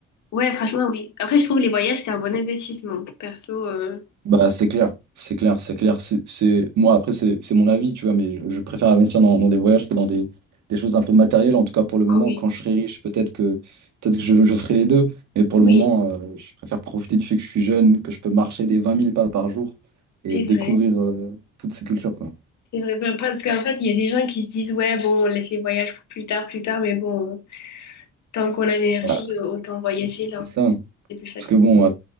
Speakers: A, on the left; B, on the right.
A: ouais, franchement, oui. Après, je trouve les voyages, c'est un bon investissement. Perso, euh,
B: Bah, c'est clair, c'est clair, c'est clair. C'est, c'est- Moi, après, c'est c'est mon avis, tu vois, mais je préfère investir dans, dans des voyages que dans des, des choses un peu matérielles. En tout cas, pour le moment,
A: ah oui,
B: quand je serai riche, peut-être que, peut-être que je, je ferai les deux. Mais pour
A: oui,
B: le moment, euh, je préfère profiter du fait que je suis jeune, que je peux marcher des vingt mille pas par jour et
A: c'est
B: découvrir
A: vrai.
B: euh, toutes ces cultures, quoi.
A: C'est vrai, ben, parce qu'en fait, il y a des gens qui se disent, ouais, bon, on laisse les voyages pour plus tard, plus tard, mais bon, euh, tant qu'on a l'énergie,
B: Ouais.
A: euh, autant voyager là,
B: C'est ça.
A: c'est plus facile.
B: Parce que bon, à,